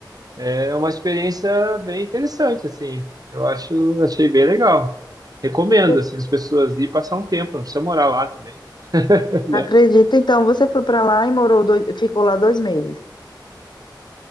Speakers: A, on the right; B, on the left.
A: É uma experiência bem interessante, assim. Eu acho, achei bem legal. Recomendo,
B: acre-
A: assim, as pessoas ir passar um tempo, não precisa morar lá também, <laughs> né?
B: acredito. Então, você foi para lá e morou dois, ficou lá dois meses.